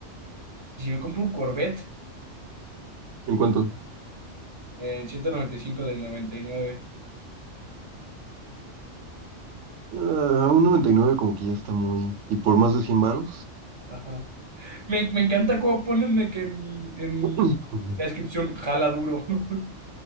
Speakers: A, on the right; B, on the right.
A: Y si me compro un Corvette
B: ¿En cuánto?
A: en 195 del noventa y nueve
B: Ah, un 99 como que ya está muy... ¿Y por más de 100 varos?
A: Ajá. Me, me encanta cómo ponen de que en, en
B: <laughs>
A: la descripción jala duro. <laughs>